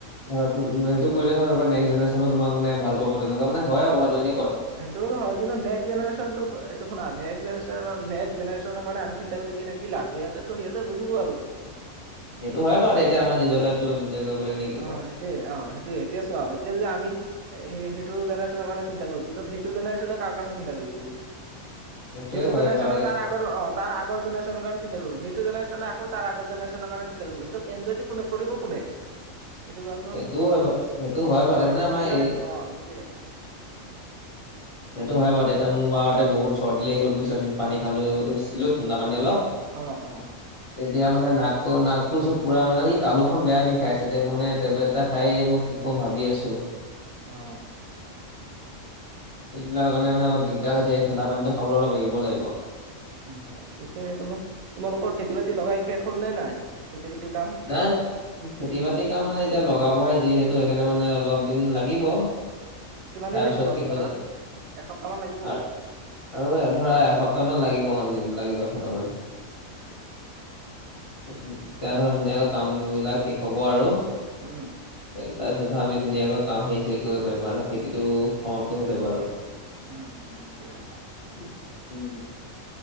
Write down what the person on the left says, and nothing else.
ধৰ তো সেইটো কৰিলে ধৰ তোমাক নক্স জেনেৰেনেও তোমাক মানে ভালপাব। তেনেকুৱা মানে হয় আৰু কথাটো এনে।
এইটো হয় বাৰু দেই, এতিয়া আমাৰ নিজৰ লাইফটো আমি নিজেই কৰিব লাগে। নে কি
কোৱা?
সেইটোয়ে
হয়
বাৰু দে
সেইটোও হয় বাৰু, সেইটো হয় বাৰু
মানে, আমাৰ
এই
সেইটো হয় বাৰু, এতিয়া মোৰ বাৰতে বহুত চৰ্দি লাগি গ'ল বুইছা, খুৱ পানী খালো-ছিলো ঠাণ্ডাপানী অলপ।
এতিয়া মানে, নাকৰ-নাকটোৰ ওচৰত পুৰা মানে এই তালোখন বেয়া বিষাই আছে তাকে মানে টেবলেট এটা খাইয়ে মই কি কওঁ, ভাবি আছো।
এইবিলাকৰ কাৰণে মানে অলপ দিগদাৰ হৈছে, এই ঠাণ্ডা পানীটো খাবলৈ অলপ এৰিব লাগিব।
নাই। খেতি-বাতিৰ কাম মানে, এতিয়া লগাবহে যিহেতু, সেইকাৰণে মানে অলপ দিন লাগিব।
তাৰপিছত
কি
হৈ যায়,
আৰু। আৰু ধৰা, এসপ্তাহ মান লাগিব, লাগিব এসপ্তাহ মান।
তেওঁ ধৰা, ধুনীয়াকৈ কামবিলাক শেষ হব আৰু।
তাৰ পিছতহে আমি ধুনীয়াকৈ গাওঁত হেৰি-চেৰি কৰিব পাৰিম আৰু খেতিটো সমাপ্ত হৈ যাব আৰু। <inaudible>
উম,